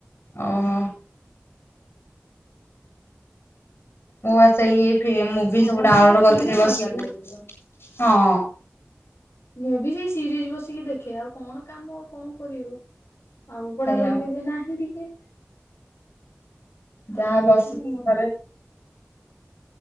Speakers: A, on the left (about 60°); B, on the left (about 75°).
A: ଓହୋ ମୁଁ ବା ସେଇ ମୁଭି
B: ସମସ୍ତେ
A: ସବୁ ଡାଉନଲୋଡ
B: ଗୋଟେ
A: କରିଥିଲି
B: ଥିଲେ
A: ବସିକି
B: ମଜା ଲାଗିବ।
A: ହଁ।
B: ମୁଁ ବି ସେଇ ସିରିଜ ବସିକି ଦେଖେ ଆଉ କଣ କାମ ଆଉ କଣ କରିବୁ। ଆଉ ପଢାପଢି
A: ସେଇଆ
B: ବି ଏବେ ନାହିଁ ଟିକେ। ଆଉ
A: ଯାହା
B: ସେଇଥିପାଇଁ
A: ବସକି ଘରେ।